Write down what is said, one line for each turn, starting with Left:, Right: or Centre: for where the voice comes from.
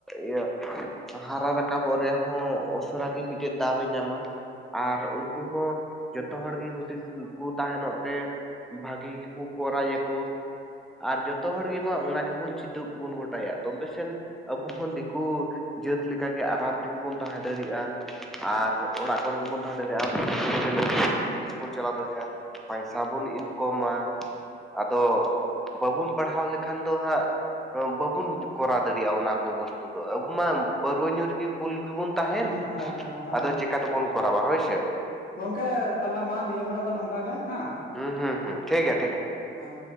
Centre: ᱤᱭᱟᱹ ᱦᱟᱨᱟ ᱨᱟᱠᱟᱵᱚᱜ ᱨᱮᱭᱟᱜ ᱦᱚᱸ ᱩᱥᱟᱨᱟ ᱢᱤᱫᱴᱮᱱ ᱫᱟᱣ ᱮ ᱧᱟᱢᱟ ᱟᱨ ᱩᱱᱠᱩ ᱦᱚᱸ ᱡᱚᱛᱚ ᱦᱚᱲ ᱜᱮ ᱦᱩᱫᱤᱥ ᱠᱚ ᱛᱟᱦᱮᱱᱚᱜ ᱛᱮ ᱵᱷᱟᱹᱜᱤ ᱜᱮᱠᱚ ᱠᱚᱨᱟᱣᱟᱠᱚ ᱟᱨ ᱡᱚᱛᱚ ᱦᱚᱲ ᱜᱮ ᱢᱟ ᱚᱱᱟ ᱜᱮᱵᱚᱱ ᱪᱮᱫᱚᱜ ᱵᱚᱱ ᱜᱚᱴᱟᱭᱟ ᱛᱚᱵᱮ ᱥᱮᱱ ᱟᱵᱚ ᱦᱚᱸ ᱫᱤᱠᱩ ᱡᱟᱹᱛ ᱞᱮᱠᱟᱜᱮ ᱟᱨᱟᱢ ᱛᱮᱜᱮ ᱵᱚᱱ ᱛᱟᱦᱮᱸ ᱫᱟᱲᱮᱭᱟᱜᱼᱟ ᱟᱨ ᱚᱲᱟᱜ ᱠᱚᱨᱮ ᱜᱮᱵᱚᱱ ᱛᱟᱦᱮᱸ ᱫᱟᱲᱮᱭᱟᱜᱼᱟ ᱵᱤᱡᱽᱱᱮᱥ ᱵᱚᱱ ᱪᱟᱞᱟᱣ ᱫᱟᱲᱮᱭᱟᱜᱼᱟ ᱯᱟᱭᱥᱟ ᱵᱚᱱ ᱤᱱᱠᱚᱢᱟ ᱟᱫᱚ ᱵᱟᱵᱩᱱ ᱯᱟᱲᱦᱟᱣ ᱞᱮᱠᱷᱟᱱ ᱫᱚ ᱦᱟᱸᱜ ᱵᱟᱵᱚᱱ ᱠᱚᱨᱟᱣ ᱫᱟᱲᱮᱭᱟᱜᱼᱟ ᱚᱱᱟ ᱵᱚᱥᱛᱩ ᱫᱚ ᱟᱵᱚ ᱢᱟ ᱯᱟᱹᱨᱣᱟᱹ ᱧᱩ ᱨᱮᱜᱮ ᱵᱩᱞ ᱜᱮᱵᱚᱱ ᱛᱟᱦᱮᱱ
Left: ᱦᱮᱸ ᱦᱮᱸ ᱦᱮᱸ
Centre: ᱟᱫᱚ ᱪᱮᱠᱟ ᱛᱮᱵᱚᱱ ᱠᱚᱨᱟᱣᱟ ᱦᱳᱭᱥᱮ
Left: ᱜᱚᱝᱠᱮ ᱛᱟᱦᱚᱞᱮ ᱢᱟ ᱱᱤᱭᱟᱹ ᱵᱮᱲᱟ ᱫᱚ ᱱᱚᱝᱠᱟ ᱜᱮ ᱦᱮᱸ
Centre: ᱦᱩᱸ ᱦᱩᱸᱩᱸ ᱴᱷᱤᱠ ᱜᱮᱭᱟ ᱴᱷᱤᱠ ᱜᱮᱭᱟ
Left: ᱚ